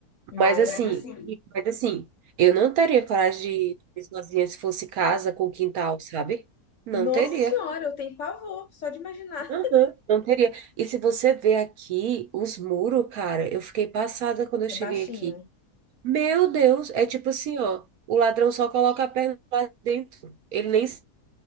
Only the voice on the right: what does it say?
Mas assim,
mas assim, eu não teria coragem de dormir sozinha se fosse casa com quintal, sabe? Não
teria.
Aham. Não teria. E se você ver aqui os muros, cara, eu fiquei passada quando eu cheguei
aqui. Meu Deus, é tipo assim, ó, o ladrão só coloca a perna lá dentro. Ele nem.